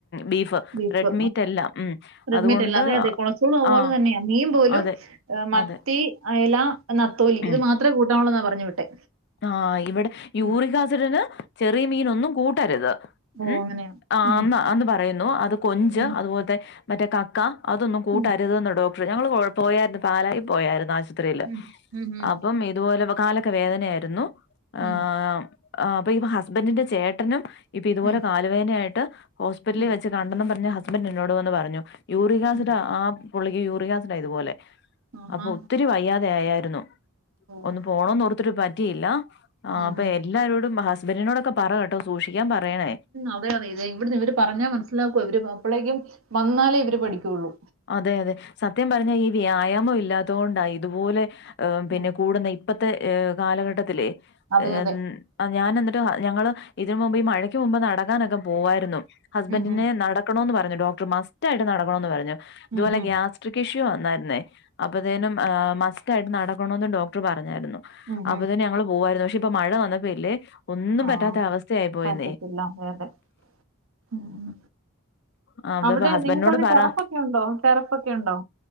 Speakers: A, on the left (about 50°); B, on the right (about 70°).
A: ബീഫ്.
B: ബീഫ്
A: റെഡ് മീറ്റ് അല്ല ഉം
B: റെഡ്മിറ്റ്
A: അതുകൊണ്ട്
B: അല്ല അതെ അതെ കൊളസ്ട്രോൾ പോലെ
A: ആഹ്
B: തന്നെയാ മീൻ പോലും
A: അതെ
B: മത്തി
A: അതെ
B: അയല നത്തോലി
A: ഉം
B: ഇത് മാത്രമേ കൂട്ടാവുള്ളൂ എന്നാ പറഞ്ഞു വിട്ടെ.
A: ആഹ് ഇവിടെ യൂറിക്കാസഡിന്
B: ഉം.
A: ചെറിയ മീനൊന്നും കൂട്ടരുത്.
B: ഓ
A: ഉം
B: അങ്ങനെയാ
A: ആ്
B: ഉം
A: ആ അന്ന് പറ പറയുന്ന് അത് കൊഞ്ച്
B: ഉം
A: അതുപോലത്തെ മറ്റേ കക്ക അതൊന്നും കൂട്ടരുതന്ന്
B: ഉം
A: ഡോ ടർ ഞങ്ങൾ പോയരുന്നു പാലായി പോയരുന്നു ആശുപത്രിയില്
B: ഉം ഉം ഉം
A: അപ്പം ഇതുപോലെ ക്കെ വേദന ആയിരുന്നു ഏഹ്
B: ഉം
A: ഹുസ്ബന്റിന്റെ ചേട്ടനും ഇതുപോലെ
B: ഉം
A: വേനയായിട്ട് ഹോസ്പിറ്റലിൽ
B: ഉം ഉം
A: വെച്ച് കണ്ടെന്ന് പറഞ്ഞ ഹസ്ബൻഡ് എന്നോട് വന്ന് പറഞ്ഞു യൂറികാസിഡ്
B: ഉം.
A: ആഹ് പുള്ളിക്ക് യൂറിയാസിണ്ട ഇതുപോലെ
B: ആഹാ
A: അപ്പൊ ഒത്തിരി വയ്യാതെ ആയായിരുന്നു. ഒന്ന്
B: ഓ
A: പോണന്നോർത്തിട്ട് പറ്റിയില്ല
B: ഉം
A: അപ്പ
B: ഉം
A: എല്ലാരോടും ഹസ് ബെന്നിനോടൊക്കെ പറ കേട്ടോ സൂക്ഷിക്കാൻ പറയണേ
B: അതെ അതെ ഇത ഇവിടുന്ന് ഇവര് പറഞ്ഞാ മനസ്സിലാക്കൂ അവര് അപ്പളേക്കും വന്നാലേ ഇവര് പഠിക്കുള്ളൂ.
A: അതെ അതെ സത്യം പറഞ്ഞാ ഈ വ്യായാമം ഇല്ലാത്ത കൊണ്ടാ ഇതുപോലെ പിന്നെ
B: ഉം
A: കൂടുന്നെ. ഇപ്പത്തെ ഏ കാലഘട്ടത്തിലെ
B: അതെ
A: എൻ
B: അതെ
A: ഞാനിന്നട്ട് ഞങ്ങള് ഇതിൻ മുമ്പ് ഈ മഴയ്ക്ക് മുമ്പ് നടക്കാനൊക്കെ പോവായിരുന്നു ഹസ്ബന്റിനെ
B: ഉം ഉം
A: നട ക്കണോന്ന് പറഞ്ഞു ഡോക്ടർ മസ്റ്റ് ആയിട്ട് നടക്കണോന്ന് പറഞ്ഞു. ഇതുപോലെ
B: ഉം ഉം
A: ഗാസ്ട്രിക് ഇഷ്യൂ വന്നായിരുന്നേ അപ്പത്തെനും ആ മസ്റ്റ് ആയിട്ട് നടക്കണെന്നും ഡോക്ടർ പറഞ്ഞായിരുന്നു.
B: ഉം
A: അപ്പത്തെനും
B: ഉം
A: ഞങ്ങള് പോവായിരുന്നു. ഇപ്പ മഴ വന്നപ്പോയില്ലേ ഒന്നും
B: ആ
A: പറ്റാത്ത അവസ്ഥയായി പോയിന്നേ
B: പറ്റത്തില്ല അതെ അതെ ഉം
A: ആഹ്,
B: അവടെ
A: അതാ ഹസ്ബൻഡിനോട്
B: നിങ്ങൾക്കവടെ
A: പറ
B: ടെറഫൊക്കെയുണ്ടോ ടെറഫൊക്കെയുണ്ടോ